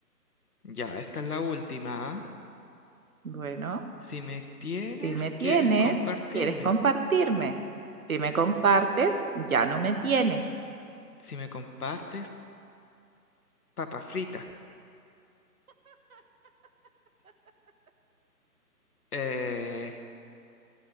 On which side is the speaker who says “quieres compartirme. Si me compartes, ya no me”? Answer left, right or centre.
Right